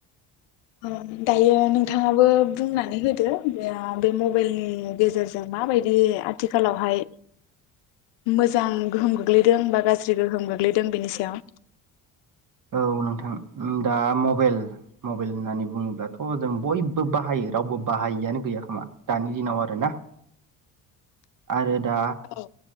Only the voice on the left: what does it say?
ओम दायो नोंथाङाबो बुंनानै होदो बे आ बे मबाइलनि गेजेरजों माबायदि आथिखालावहाय मोजां गोहोम गोग्लैदों बा गाज्रि गोहोम गोग्लैदों बेनि सायाव
औ